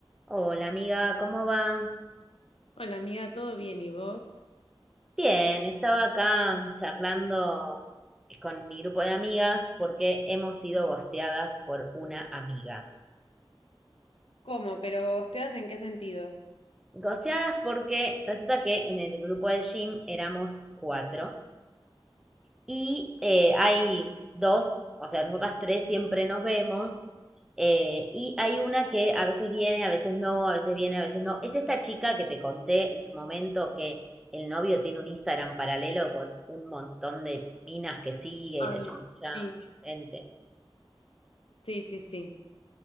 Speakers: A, in the centre; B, on the left.
A: Hola amiga, ¿cómo va?
B: Hola amiga, ¿todo bien y vos?
A: Bien, estaba acá charlando con mi grupo de amigas porque hemos sido gosteadas por una amiga.
B: ¿Cómo? ¿Pero ustedes en qué sentido?
A: Gosteadas porque resulta que en el grupo de gym éramos cuatro Y eh, hay dos, o sea, nosotras tres siempre nos vemos. eh, y hay una que a veces viene, a veces no, a veces viene, a veces no. Es esta chica que te conté en su momento que el novio tiene un Instagram paralelo con un montón de minas que sigue
B: Ay,
A: y se chamulla
B: sí.
A: gente.
B: Sí, sí, sí.